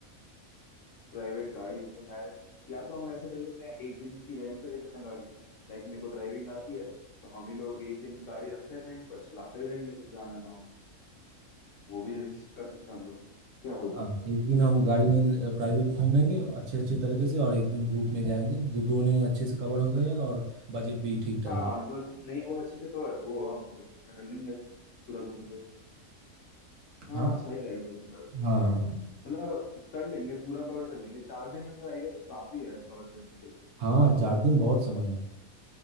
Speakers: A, on the left (about 65°); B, on the right (about 65°).
A: प्राइवेट गाड़ी में खैर या तो हम ऐसे कर लेते हैं एक दिन की रेंट पे ले लेते हैं गाड़ी लाइक मेरे को ड्राइविंग आती है तो हम ही लोग एक दिन गाड़ी रखते हैं रेंट पर चलाते हुए जाएंगे फिर जहाँ जाना हो वो भी arrange कर सकते हैं हम लोग क्या बोलते
B: हाँ
A: हो
B: एक दिन हम गाड़ी में प्राइवेट घूम लेंगे अच्छे अच्छे तरीके से और एक दिन ग्रुप में जाएंगे दो दोनों ही अच्छे से कवर हो गएगा और बजट भी ठीक ठाक
A: हाँ
B: रहे
A: जो नहीं वो अच्छे से कवर वो हम ग्रुप में कर लेंगे पूरा घूम के हाँ
B: हाँ
A: सही रहेगा फिर तो यार।
B: हाँ हाँ
A: मतलब कर लेंगे पूरा कवर कर लेंगे चार दिन में तो आई गेस काफी है कवर करने के लिए
B: हाँ चार दिन बहुत समय है